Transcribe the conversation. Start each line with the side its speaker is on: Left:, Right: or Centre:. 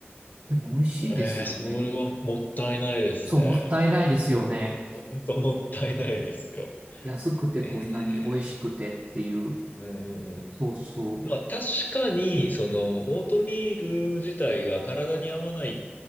Right: でも美味しいですよね。
Left: ええそれはもったいないですね。
Right: そう、もったいないですよね。
Left: ほんともったいないですよ。
Right: 安くてこんなに美味しくてっていう。
Left: ええうんうんうん。
Right: そうそう。
Left: まあ確かに、その、オートミール自体が体に合わない